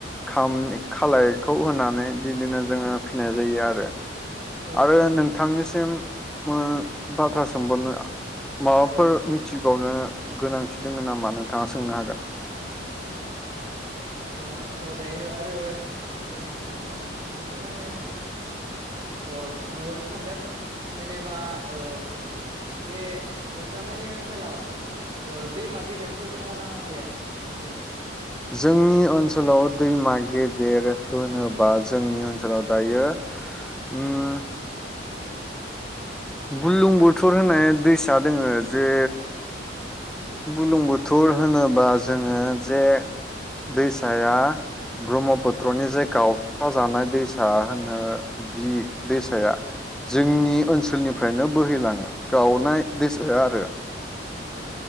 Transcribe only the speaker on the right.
औ
नंगौ
औ
ओ आंथ' दायो आरो मोनसे ओ मोनसे माने ओ सोंहरनो सानदों जेनेबा ओ‌ बे नोंथांमोननि ओनसोलाव ओ दैमा गेदेरफोर दङना गैया बेखौ
उम